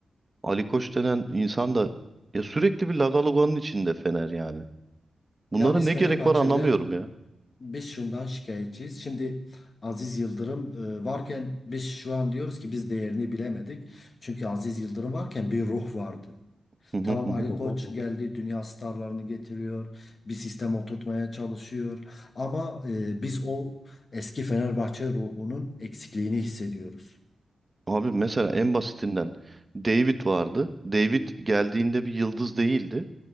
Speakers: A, on the right; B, on the left.
A: Ali Koç denen insan da ya sürekli bir lagaloganın içinde Fener yani. Bunlara
B: Ya biz
A: ne
B: Fenerbahçeliler
A: gerek var anlamıyorum ya.
B: biz şundan şikayetçiyiz. Şimdi Aziz Yıldırım e, varken biz şu an diyoruz ki biz değerini bilemedik. Çünkü Aziz Yıldırım varken bir ruh vardı.
A: Hı hı
B: Tamam
A: hı.
B: Ali
A: hı.
B: Koç geldi, dünya starlarını getiriyor, bir sistem oturtmaya çalışıyor. Ama e, biz o eski Fenerbahçe ruhunun eksikliğini hissediyoruz.
A: Abi mesela en basitinden David vardı. David geldiğinde bir yıldız değildi